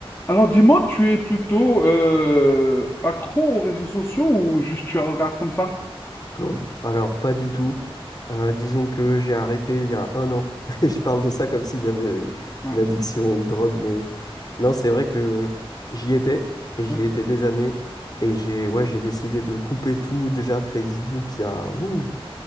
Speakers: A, on the left; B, on the left.
A: Alors dis-moi, tu es plutôt euh, accro aux réseaux sociaux ou juste tu regardes comme ça?
B: <clears throat> Hmm. Alors, pas du tout. Euh, disons que j'ai arrêté il y a un an. <laughs> Et je parle de ça comme si j'avais
A: Ouais,
B: une addiction, une drogue, mais non, c'est vrai que j'y étais, et j'y
A: ouais,
B: étais des années.
A: mm,
B: Et j'ai ouais, j'ai décidé de couper tout, déjà Facebook, il y a, ouh,